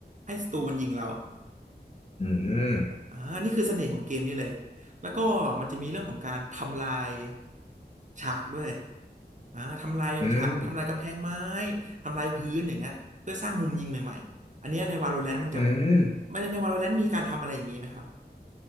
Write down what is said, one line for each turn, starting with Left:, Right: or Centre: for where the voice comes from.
Right: ให้ศัตรูมันยิงเรา
Left: อืม
Right: อ่านี่คือเสน่ห์ของเกมนี้เลยแล้วก็มันจะมีเรื่องของการทำลายฉากด้วยอ่าทำลายฉากทำลายกำแพงไม้
Left: อืม
Right: ทำลายพื้นอย่างเงี้ยเพื่อสร้างมุมยิงใหม่ๆอันเนี้ยใน Valorant มันจะ
Left: อืม
Right: ไม่ใน Valorant มีการทำอะไรอย่างนี้ไหมครับ